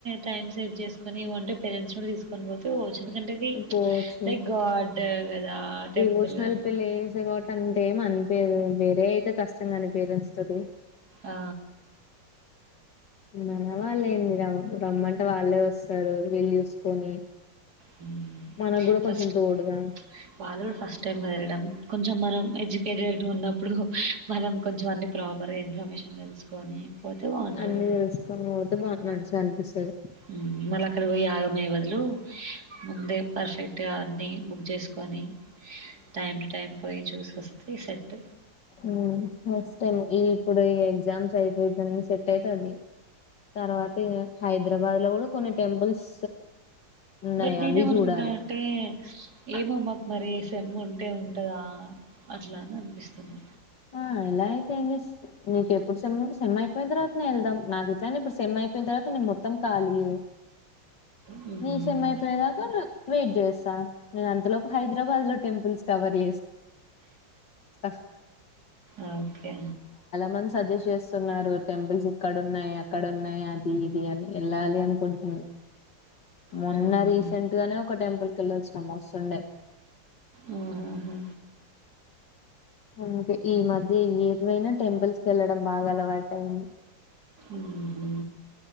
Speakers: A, on the right; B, on the left.
A: టైం సేవ్ చేసుకొని ఇ్వంటే పేరెంట్స్ కూడా తీసుకొని పోతే ఎందుకంటేది
B: పోవచ్చు
A: లైక్ గాడ్ కదా టెంపుల్
B: డివోషనల్
A: కదా.
B: పిళ్లి వ కాబట్టి అంతేమి అనిపియదు వేరే అయితే కష్టంగా అనిపియదు పేరెంట్స్ తోటి
A: ఆ
B: మన వాళ్ళు ఏందిరా రమ్మంటే వాళ్ళే వస్తారు వీలు చూసుకొని
A: హ్మ్.
B: మనకు కూడా
A: ఫస్ట్
B: కొంచెం తోడుగా
A: వాళ్ళు కూడా ఫస్ట్ టైమ్ కదా వెళ్ళడం కొంచెం మనం ఎడ్యుకేటెడ్ ఉన్నప్పుడు మనం కొంచెం అన్ని ప్రాపర్ ఇన్ఫర్మేషన్ తెలుసుకొని పోతే బావుంటది.
B: అన్నీ తెలుసుకొని పోతే బా మంచిగా అనిపిస్తుది
A: ఉమ్ మళ్ళ అక్కడ పోయి ఆగమయ్యే బదులు ముందే పర్ఫెక్ట్ గా అన్ని ఉ చేసుకొని టైం టు టైం పోయి చూసి వస్తే సెట్
B: ఉ ఫస్ట్ టైమ్ ఇ ఇప్పుడు ఈ ఎగ్జామ్స్ అయిపోతనే సెట్ అయితది తర్వాత హైదరాబాద్ లో కూడా కొన్ని టెంపుల్స్ ఉన్నాయి
A: బట్ నేనేమనుకుంటన్నానంటే
B: అవి చూడాలి
A: ఏమో మాకు మరి సేమ్ ఉంటే ఉంటదా అట్లా అని అనిపిస్తుంది
B: ఆ ఇలా అయితే ఏందిస్ నీకు ఎప్పుడు సేమ్ సేమ్ అయిపోయిన తర్వాత నే వెళ్దాం నాకు ఇట్లానే ఇప్పుడు సెమై అయిపోయిన తర్వాత నిన్ మొత్తం కాలియే
A: హ్మ్.
B: నీ సెమైపోయేదాకా వెయిట్ చేస్తా నేను అంతలోపు హైదరాబాద్ లో టెంపుల్స్ కవర్ చేస్ త
A: ఓకే
B: మంది సజెస్ట్ చేస్తున్నారు టెంపుల్స్ ఇక్కడ ఉన్నాయ్ అక్కడ ఉన్నాయ్ అది ఇది అని వెళ్ళాలి అనుకుంటున్నా మొన్న
A: హుహు.
B: రీసెంట్ గానే ఒక టెంపుల్ కెలోచ్చిన మస్తుండే
A: మ్ మ్ హు
B: అందుకే ఈ మధ్య ఏదవైనా టెంపుల్స్ కేళ్లడం బాగా అలవాటు అయింది
A: మ్ హు